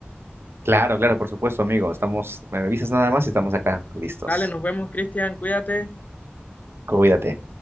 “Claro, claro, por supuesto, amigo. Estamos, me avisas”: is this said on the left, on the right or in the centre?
Right